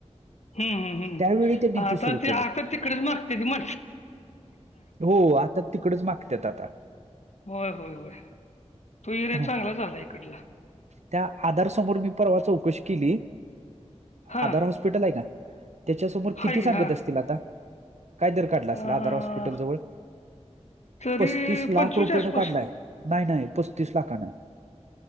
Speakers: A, on the left (about 80°); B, on the right (about 80°).
A: हूं हूं हूं
B: त्यावेळी त्यांनी
A: आता
B: सुरू
A: ते
B: केलं
A: आता तिकडेच मागतेत मग
B: हो आता तिकडच मागत आता
A: होय होय होय तो इर्या
B: हा.
A: चांगला झाला इकडला
B: त्या आधार समोर मी पर्वा चौकशी केली
A: हां
B: आधार हॉस्पिटल आहे का त्याच्यासमोर किती
A: हाय की
B: सांगत
A: हां
B: असतील आता काय दर काढलं असल
A: अं,
B: आधार हॉस्पिटल जवळ
A: तरी
B: पस्तीस
A: पंचवीसच्या
B: लाख रुपयेन
A: आसपास.
B: काढलाय नाही नाही पस्तीस लाखानं